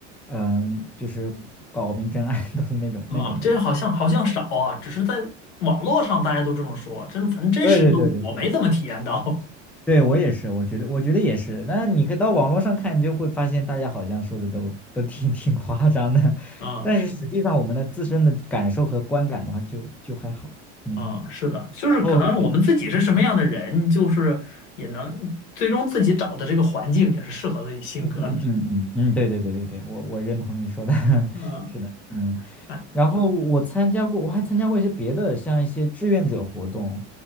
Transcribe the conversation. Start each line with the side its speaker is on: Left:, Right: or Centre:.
Centre: 嗯就是搞明争 <laughs> 暗斗的那种那种没有。
Left: 啊，这好像好像少啊，只是在网络上大家都这么说，真反正真实的我没怎么体验到。
Centre: 对对对对对对对，我也是，我觉得，我觉得也是。那你可以到网络上看，你就会发现大家好像说的都都挺挺夸张的，
Left: <laughs> 啊，
Centre: 但是实际上我们的自身的感受和观感的话就，
Left: 是
Centre: 就还好。嗯，
Left: 啊，是的，就是可能我们自己是什么样的人，
Centre: 哦，
Left: 就是也能最终自己找的这个环境也是适合自己性格的。
Centre: 嗯嗯嗯嗯，对对对对对，我我认同你说的，<laughs>
Left: 嗯，
Centre: 是的，嗯。
Left: <laughs> 哎
Centre: 然后我参加过，我还参加过一些别的，像一些志愿者活动，